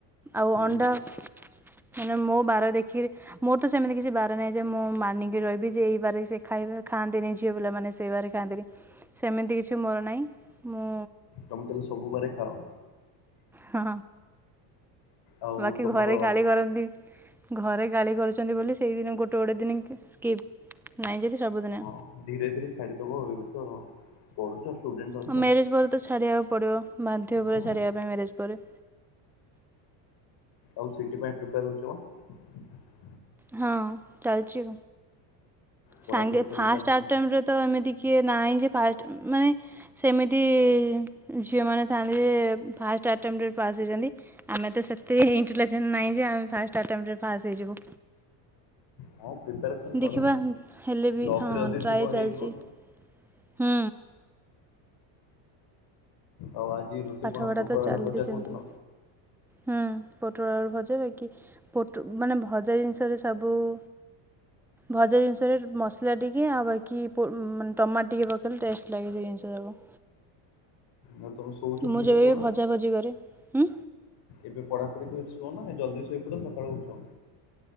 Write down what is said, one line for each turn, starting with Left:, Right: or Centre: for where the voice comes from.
Centre: ଆଉ ଅଣ୍ଡା
Left: ହଁ
Centre: ମାନେ ମୋ ବାର ଦେଖି ମୋର ତ ସେମତି କିଛି ବାର ନାଇ ଯେ ମୁଁ ମାନିକି ରହିବି ଯେ ଏଇ ବାର ସେ ଖାଇ ଖାଆନ୍ତିନି ଝିଅ ପିଲାମାନେ ସେ ବାର ଖାଆନ୍ତିନି ସେମିତି କିଛି ମୋର ନାହିଁ ମୁଁ
Left: ହଲେ ସବୁବେଳେ ଖାଏ
Centre: ହଁ
Left: ଆଉ
Centre: ବାକି
Left: ତମର
Centre: ଘରେ ଗାଳି କରନ୍ତି। ଘରେ ଗାଳି କରୁଛନ୍ତି ବୋଲି ସେଇଦିନ ଗୋ ଟେ ଗୋଟେ ଦିନ ସ୍କିପ୍। ନାଇଁ ଯଦି ସବୁଦିନେ।
Left: ହଁ ଧୀରେ ଧୀରେ ଛାଡିଦବ। ଏବେ ତ ପଢୁଛ। ଷ୍ଟୁଡେଣ୍ଟ ଅଛ
Centre: ଓ ମ୍ୟାରେଜ ପରେ ତ ଛାଡ଼ିଵା ପଡିବ ବାଧ୍ୟ
Left: ହଁ।
Centre: ପୁରା ଛାଡିଵା ପାଇଁ ମ୍ୟାରେଜ ପରେ।
Left: ଆଉ ସି ଟି ପାଇଁ ପ୍ରିପାର ହଉଛ ଅ
Centre: ହଁ ଚାଲିଛି
Left: ପଢାପଢି
Centre: ସାଙ୍ଗେ
Left: ତାହେଲେ
Centre: ଫାଷ୍ଟ୍
Left: ଚାଲିଛି
Centre: ଆଟେମ୍ପଟରେ ତ ଏମିତି କିଏ ନାହିଁ ଯେ ଫାଷ୍ଟ ଅ ମାନେ ସେମିତି ଇ-ଇ-ଇ ଝିଅମାନେ ଥାଆନ୍ତି ଯେ ଏ-ଏ ଫାଷ୍ଟ ଆଟେମ୍ଟରେ ପାସ୍ ହେଇଯାନ୍ତି। ଆମେ ତ ସେତେ ଇଣ୍ଟେଲିଜେନ୍ ନାହିଁ ଯେ ଆମେ ଫାଷ୍ଟ ଆଟେମ୍ଟରେ ପାସ୍ ହେଇଯିବୁ।
Left: ହଁ ପ୍ରିପାରେସନ କର।
Centre: ଦେଖିବା ହେଲେ ବି
Left: ଲକରେ
Centre: ହଁ
Left: ଯଦି
Centre: ଟ୍ରାଏ
Left: ଥିବ ହେଇଯିବ
Centre: ଚାଲିଛି। ହୁଁ।
Left: ଆଉ ଆଜି ରୋଷଇ
Centre: ପାଠପଢ଼ା
Left: କଣ ପୋଟଳ
Centre: ତ ଚାଲିଛି
Left: ଆଳୁ ଭଜା
Centre: ସେମିତି
Left: କହୁଥିଲ।
Centre: ହୁଁ ପୋଟଳ ଆଳୁ ଭଜା ବାକି ପୋଟ୍ ମାନେ ଭଜା ଜିନିଷରେ ସବୁ ଉ ଭଜା ଜିନିଷରେ ମସଲା ଟିକେ ଆଉ ବାକି ପୋ ଓ-ଓ ମାନେ ଟମାଟୋ ଟିକେ ପକେଇଲେ ଟେଷ୍ଟ ଲାଗେ ସେ ଜିନିଷ ଯାକ।
Left: ଆଉ ତମେ ଶୋଉଛ ପୁଣି
Centre: ମୁଁ ଯେବେବି
Left: କେତେବେଳେ
Centre: ଭଜା ଭଜି କରେ ହୁଁ
Left: ଏବେ ପଢାପଢି କରି ଶୁଅନା ଜଲଦି ଶୋଇପଡ ସକାଳୁ ଉଠ।